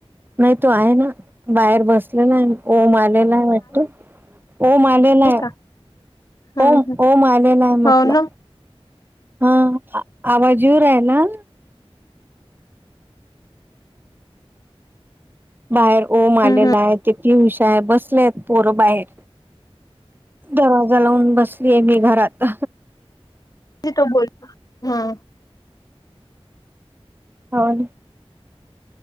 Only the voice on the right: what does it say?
नाही तो आहे ना बाहेर बसलेला आहे ओम आलेला आहे वाटतो. होओम आलेलाय
ओम
ओम आलेलाय म्हटलं.
हा आवाजीवर आहे ना. बाहेर ओम आलेला
आहे तिती हुशा आहे बसले आहेत पोरं बाहेर दरवाजा लावून बसलीय मी घरात
होल.